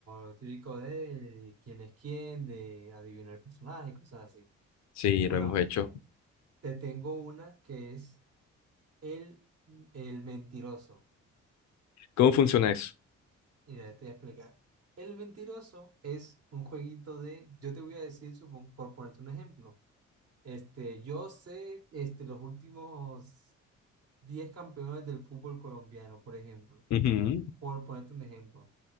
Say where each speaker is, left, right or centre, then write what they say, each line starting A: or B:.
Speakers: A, on the right; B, on the left.
A: lo típico de quién es quién, de adivinar el personaje, cosas así.
B: Sí, lo
A: Bueno,
B: hemos hecho.
A: te tengo una que es el, el mentiroso.
B: ¿Cómo funciona eso?
A: Mira, te voy a explicar. El mentiroso es un jueguito de, yo te voy a decir, supongo, por ponerte un ejemplo. Este, yo sé este, los últimos 10 campeones del fútbol colombiano, por ejemplo.
B: Ujú,
A: Ajá. Por ponerte un ejemplo.